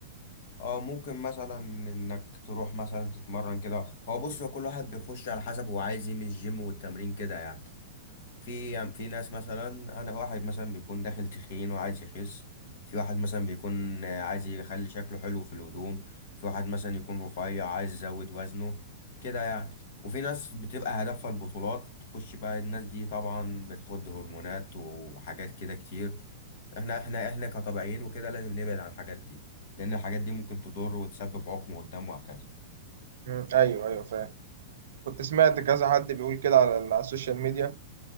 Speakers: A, on the left; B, on the right.
A: اه ممكن مثلا انك تروح مثلا تتمرن كده هو بص هو كل واحد بيخش على حسب هو عايز ايه من الجيم والتمرين كده يعني في يعني في ناس مثلا انا واحد مثلا بيكون داخل تخين وعايز يخس في واحد مثلا بيكون آه، عايز يخلي شكله حلو في الهدوم في واحد مثلا يكون رفيع عايز يزود وزنه كده يعني وفي ناس بتبقى هدفها البطولات تخش بقى الناس دي طبعا بتاخد هرمونات وحاجات كده كتير احنا احنا احنا كطبيعيين وكده لازم نبعد عن الحاجات دي لان الحاجات دي ممكن تضر وتسبب عقم قدام وهكذا
B: مم. ايوه ايوه فاهم كنت سمعت كذا حد بيقول كده على ال- على السوشيال ميديا